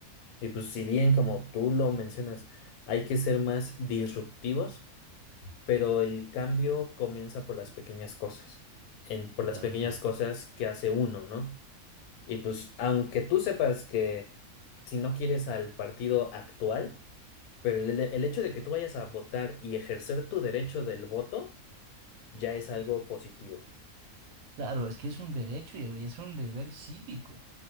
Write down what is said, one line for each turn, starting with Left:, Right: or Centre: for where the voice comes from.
Left: Y pues si bien, como tú lo mencionas, hay que ser más disruptivos, pero el cambio comienza por las pequeñas cosas, en, por las
Right: Claro,
Left: pequeñas
Right: es cierto.
Left: cosas que hace uno, ¿no? Y pues, aunque tú sepas que si no quieres al partido actual, pero el, el hecho de que tú vayas a votar y ejercer tu derecho del voto ya es algo positivo.
Right: Claro, es que es un derecho y es un deber cívico